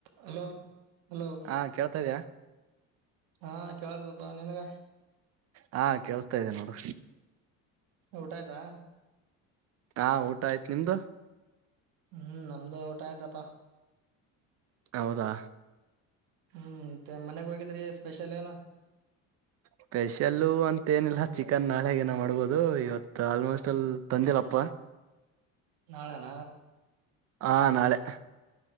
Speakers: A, on the right; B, on the right.
A: Hello hello
B: ಹಾ ಕೇಳ್ತಾ ಇದ್ಯಾ
A: ಹಾ ಕೇಳತದಪ್ಪಾ ನನ್ಗ
B: ಹಾ ಕೇೇಳಸ್ತಾ ಇದ್ದೇನೆ ನೋಡು ರಿ
A: ಊಟ ಆಯ್ತಾ
B: ಹಾ ಊಟ ಆಯ್ತ್ ನಿಮ್ದು
A: ಹ್ಮ್ ನಮ್ದು ಊಟ ಆಯ್ತಪ
B: ಹೌದಾ
A: ಹ್ಮ್ ಮತ್ತೆ ಮನೆಗ್ ಹೋಗಿದ್ರಿ ಸ್ಪೆಷಲ್ ಏನು
B: ಸ್ಪೆಷಲ್ಲ ಅಂತ ಮತ್ತೇನಿಲ್ಲ ಚಿಕನ್ ನಾಳೆಗಏನ ಮಾಡ್ಬೋದು ಇವತ್ತು ಆಲ್ಮೋಸ್ಟ್ ಅಲ್ಲಿ ತಂದಿಲ್ಲಪ್ಪ
A: ನಾಳೆಣ
B: ಹಾ ನಾಳೆ